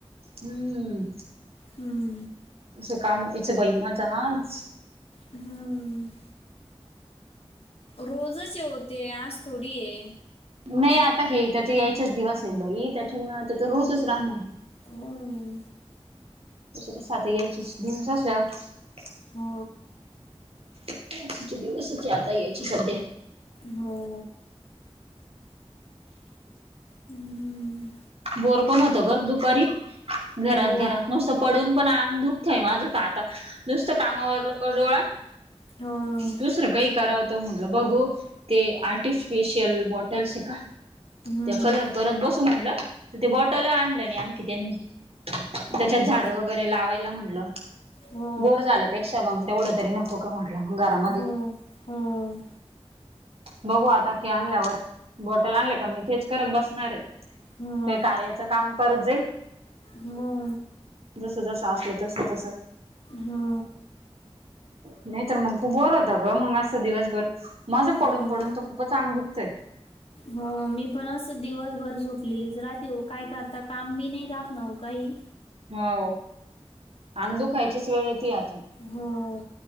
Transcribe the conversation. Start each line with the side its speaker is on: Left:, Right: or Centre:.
Right: हम्म
Left: हम्म
Right: असं काम होयाचं बाई माझ आज?
Left: हम्म रोजच ये ओ ते आजच थोडी आहे.
Right: नाही आता हे त्याचे यायचेच दिवस आहेत बाई, त्याच्यामुळे आता तर रोजच राहणार.
Left: हो
Right: त्याच कस आता यायचेच दिवस असल्यावर
Left: हो,
Right: पावसाचे दिवसच आहे आता यायचे सध्या.
Left: हो हं,
Right: बोर पण होत ग दुपारी. घरात
Left: हो,
Right: घरात नुसतं पडून पण आग दुखतय माझ तर आता. नुसत कामावरल का लोळा,
Left: हो,
Right: दुसर काही कराव त म्हटलं बघू ते आर्टिफिशियल बॉटल्स हे का,
Left: हं,
Right: त्या कलर करत बसू म्हणलं. तर ते बॉटल आणल नाही आणखी त्यांनी, त्याच्यात
Left: हो
Right: झाड
Left: का?
Right: वगैरे लावायला म्हणलं.
Left: हो,
Right: बोर झाल्यापेक्षा मग तेवढ तरी नको का म्हटल घरामध्ये
Left: हो, हो, हो,
Right: बघू आता ते आणल्यावर, बॉटल आणले का मी तेच करत बसणार आहे.
Left: हो,
Right: कही कार्याच काम करत जाईल,
Left: हो,
Right: जस जस असल तस तस.
Left: हा
Right: नाही तर मग खूप बोर होता ग मग अस दिवसभर, माझं पडून
Left: हो,
Right: पडून तर खूपच आंग दुखतंय.
Left: हो मी पण अस दिवसभर झोपलेलीच राहते, हो काय करता काम बी नाही राहात ना ओ काही.
Right: हाव, आंग दूखायचीच वेळ येती आ
Left: हो